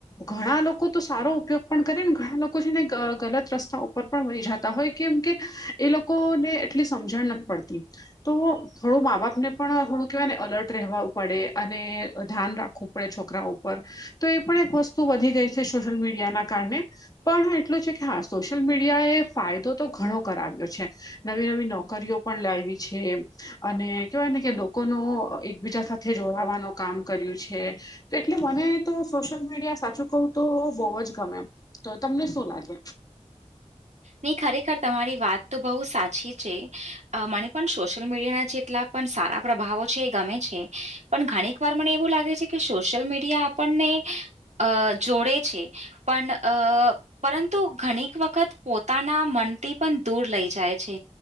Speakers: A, on the left; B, on the right.
A: ઘણા લોકો તો સારો ઉપયોગ પણ કરે ને ઘણા લોકો છે ને ગલત રસ્તા ઉપર પણ વહી જતા હોય કેમ કે એ લોકોને એટલી સમજણ નથી પડતી તો થોડું મા બાપ ને પણ થોડું કેહેવાય ને અલર્ટ રહેવા પડે અને ધ્યાન રાખવું પડે છોકરા ઉપર તો એ પણ એક વસ્તુ વધી ગઈ છે સોશિયલ મીડિયાના કારણે પણ એટલું છે કે હા સોશિયલ મીડિયા એ ફાયદો તો ઘણો કરાવ્યો છે નવી નવી નોકરીઓ પણ લાવી છે અને કેવાય ને કે લોકોનો એકબીજા સાથે જોડાવાનું કામ કર્યું છે તો એટલે મને તો સોશિયલ મીડિયા સાચું કહું તો બહુ જ ગમે તો તમને શું લાગે
B: નહી ખરેખર તમારી વાત તો બહુ સાચી છે મને પણ સોશિયલ મીડિયાના જેટલા- - પણ સારા પ્રભાવો છે એ ગમે છે પણ ઘણીક વાર મને એવું લાગે છે કે સોશિયલ મીડિયા- - આપણને અ જોડે છે. પણ અ પરંતુ ઘણીક વખત- - પોતાના મનથી પણ દૂર લઈ જાય છે.